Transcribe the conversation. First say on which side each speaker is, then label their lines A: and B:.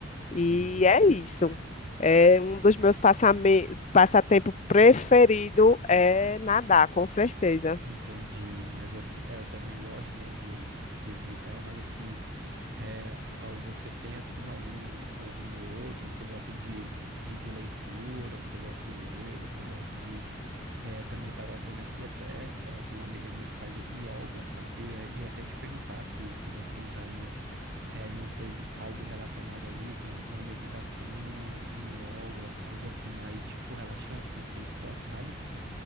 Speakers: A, on the right (about 55°); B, on the left (about 35°).
A: Sim,
B: E é isso. É um dos meus passame- passatempo preferido é nadar, com certeza.
A: entendi. Mas assim, é, eu também gosto, né, de exercício físico e tal, mas assim, é, ao- você tem assim algum algum outro, você gosta de, de, de leitura, você gosta de ler, você gosta de é, também estava vendo aqui até é, tem uma amiga minha que faz yoga, sabe? E eu, eu ia até te perguntar se, se você já não é, não fez algo relacionado a isso, um- uma meditação, um yoga, algo assim mais tipo relaxante, sem ser esporte, sabe?